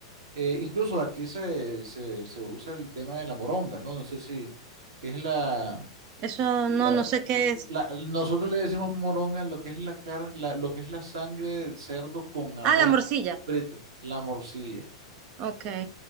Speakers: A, on the right (about 65°); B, on the right (about 40°).
A: eh, incluso aquí se, se, se usa el tema de la moronga, ¿no? No sé si es la,
B: Eso
A: eh, la,
B: no, no sé qué es.
A: la- nosotros le decimos moronga a lo que es la car- la- lo que es la sangre del cerdo con arroz
B: Ah, la morcilla.
A: frito, la morcilla,
B: Ok.